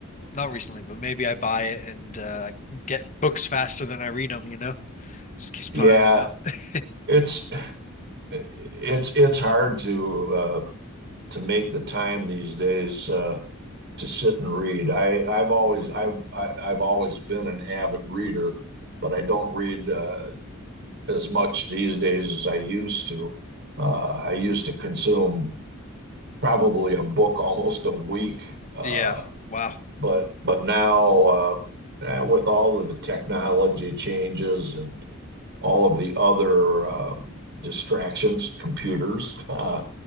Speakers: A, on the left (about 35°); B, on the right (about 55°).
A: not recently, but maybe I buy it and uh get books faster than I read them, you know? Just keeps piling
B: Yeah,
A: up. <laughs>
B: it's it's it's hard to uh, to make the time these days. Uh, to sit and read. I I've always I've I, I've always been an avid reader, but I don't read uh, as much these days as I used to. Uh, I used to consume probably a book almost a week, uh,
A: Yeah. Wow.
B: but but now uh, now with all of the technology changes and all of the other uh, distractions, computers <laughs> uh,